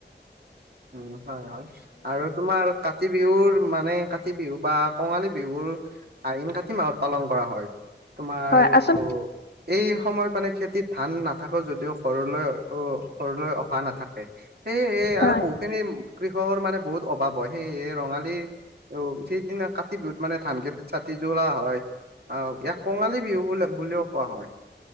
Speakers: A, on the right; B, on the left.
A: উম, হয় - হয় আৰু তোমাৰ কাতি বিহুৰ মানে কাতি বিহু বা কঙালী বিহুৰ আইন কাঠি মাহত পালন কৰা হয়, তোমাৰ
B: হয় আচল
A: অ', এই সময় মানে খেতিত ধান নাথাকো যদিও সৰলৈ অ, সৰলৈ অহা নাথাকে সে সেই
B: হয়
A: আৰু খিনি কৃষকৰ মানে বহুত অভাৱ হয় সেইয়ে ৰঙালী সিদিনা কাতি বিহুত মানে ধান য়াতে ছাতি যোৰা হয় অ', ইয়াক কঙালী বিহু বোলে বুলিও কোৱা হয়।